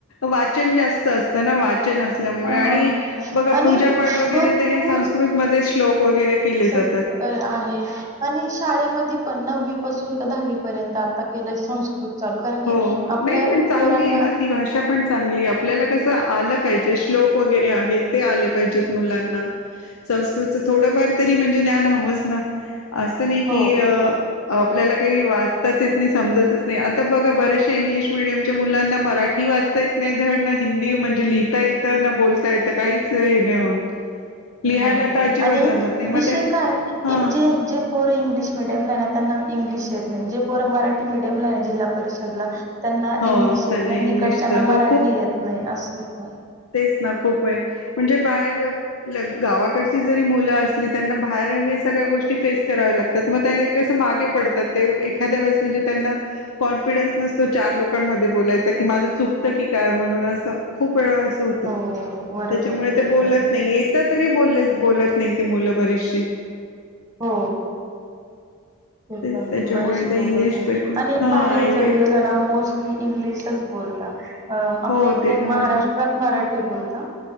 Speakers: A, on the left; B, on the right.
A: वाचन जास्त असत वा. वाचन असल्यामुळे
B: हा
A: आणि बघा
B: आणि
A: पूजा पाठ वगैरे
B: भरपूर
A: ते हे संस्कृत मध्ये श्लोक वगैरे केले जात.
B: अ आहे आणि शाळेमध्ये पण नववी पासून दहावीपर्यंत आता केलंय संस्कृत चालू कारण की
A: हो
B: आपल्या
A: नाही पण चांगली
B: पोरांना
A: आहे ना. ती भाषा पण चांगली आपल्याला कस आलं पाहिजे श्लोक वैगरे आहे ते आले, पाहिजेत मुलांना संस्कृत च थोडफार तरी म्हणजे. ज्ञान हवच ना. असं नाही
B: हो
A: की अ आपल्याला काही वाचताच येत नाही, समजतच नाही अत आता बघा बर्याचशा इंग्लिश मिीडियमच्या मुलांना मराठी वाचता येत नाही. धड ना हिंदी म्हणजे लिहिता येतं. न बोलता येत. काहीच हे नाही होत. लिहायला
B: नाही.
A: तर अजिबात
B: आणि
A: जमत नाही मग
B: विषय
A: ते
B: काय
A: हा
B: जे जे पोर इंग्लिश मिीडियमला आहे. ना त्यांना इंग्लिश येत नाही. जे पोर मराठी मीडिय जे मुलं जिल्हा परिषदला त्यांना
A: हो
B: इंग्लिश येत
A: त्यांना
B: नाही.
A: इंग्लिशच
B: ईकडच्याना
A: हो
B: मराठी येत नाही असत. ह <inaudible>
A: हे च ना खूप आहे. म्हणजे बाहेर <unintelligible> गावाकड जरी मुलं असली, त्यांना बाहेर हे सगळ्या गोष्टी फेस कराव्या लागतात. म त्या ते मागे पडतात. ते एखाद्या वेळेस म्हणजे त्यांना कॉन्फिडन्स नसतो. चार लोकांमध्ये बोलत माझ चुकतं की काय म्हणून असं खूप वेळा होत
B: हो. बरोबर
A: त्याच्यामुळे
B: आहे, बरोबर
A: ते बोलत
B: आहे.
A: नाही येत तरी बोले बोलत नाहीत ते मुलं बरीशी
B: हो. ते
A: तेच
B: पण
A: त्याच्यामुळे
B: बरेच
A: ते
B: बोलत
A: इंग्लिश स्पीकिंग
B: आणि
A: हा
B: बाहेर
A: इंग्लिश
B: जर गेल ना मोस्ट आप इंग्लिशच बोलता आपल्या
A: हो
B: इकडे
A: ते तर
B: महाराष्ट्रात
A: आहे
B: मराठी बोलता